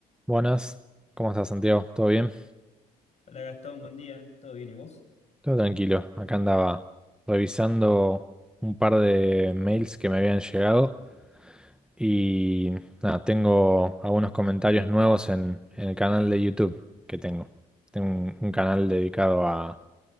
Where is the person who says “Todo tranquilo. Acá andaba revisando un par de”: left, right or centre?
Centre